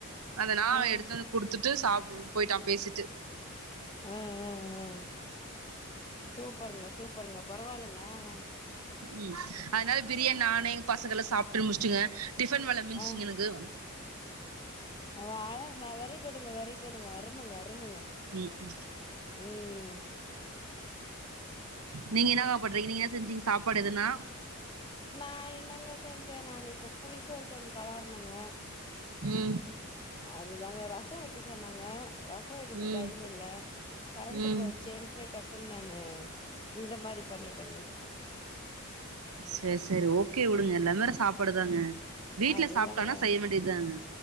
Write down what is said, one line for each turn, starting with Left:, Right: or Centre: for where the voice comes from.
Right: அந்த நான
Left: ஆ
Right: எடுத்துட்டுவந்து குடுத்துட்டு சாப்டு போயிட்டா பேசிட்டு
Left: ஆ ஆ ஆ சூப்பருங்க சூப்பருங்க பரவால்லங்க ஆ ஆ
Right: ம் அதனால பிரியாணி நானு எயா பசங்க எல்லா சாப்புட்டு முடிச்சிட்டுங்க டிஃபன் வேல மிஞ்சிச்சிங்க
Left: ஆ
Right: எனக்கு
Left: அவ ஆழங்க வெரி குட்டுங்க வெரி குட்டுங்க அருமங்க அருமங்க
Right: ம் ம்
Left: ம்
Right: நீங்க என்னகா பண்றிங்க நீங்க என்ன செஞ்சீங்க சாப்பாடு எதனா
Left: நா என்னங்க செஞ்ச நா இப்போ புலிசோர் கொஞ்சோ களர்ணங்க
Right: ம்
Left: அதுதாங்க ரசோ வெக்க சொன்னாங்க ரசோ வெக்கறதுக்கு
Right: ம்
Left: டைம் இல்ல கரண்ட்
Right: ம்
Left: போயிட்சே டக்குன்னு நானு இந்த மாரி பண்ணிட்டேங்க ம்
Right: செரி செரி ஓகே உடுங்க எல்லா மாரி சாப்பாடுதாங்க வீட்ல
Left: அதுதாங்க
Right: சாப்டோனா செய்ய வேண்டிதாங்க